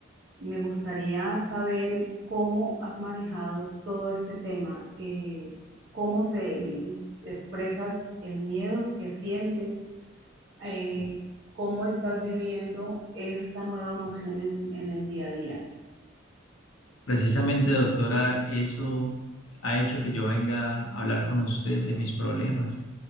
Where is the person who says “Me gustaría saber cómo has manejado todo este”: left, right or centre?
Right